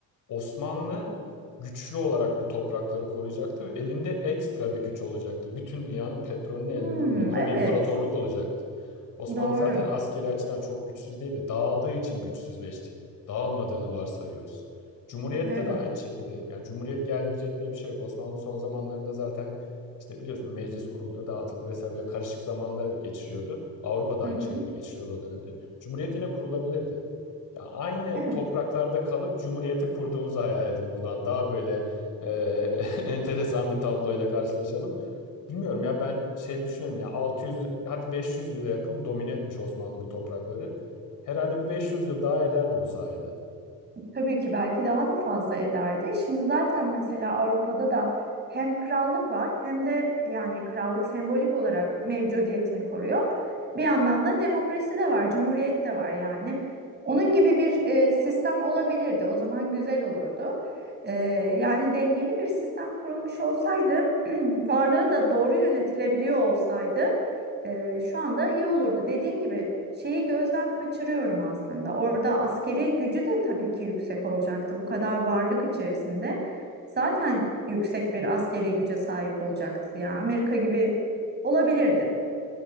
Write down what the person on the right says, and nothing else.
Hmm,
evet,
doğru.
Evet.
Hı hı.
Evet.
Tabii ki belki daha da fazla ederdi. Şimdi zaten mesela Avrupa'da da hem krallık var hem de yani krallık sembolik olarak mevcudiyetini koruyor. Bir yandan da demokrasi de var, cumhuriyet de var yani. Onun gibi bir e, sistem olabilirdi. O zaman güzel olurdu. E, yani dengeli bir sistem kurulmuş olsaydı, <clears throat> varlığı da doğru yönetilebiliyor olsaydı e, şu anda iyi olurdu. Dediğin gibi şeyi gözden kaçırıyorum aslında. Orada askeri gücü de tabii ki yüksek olacaktı. Bu kadar varlık içerisinde zaten yüksek bir askeri güce sahip olacaktı. Yani Amerika gibi olabilirdi.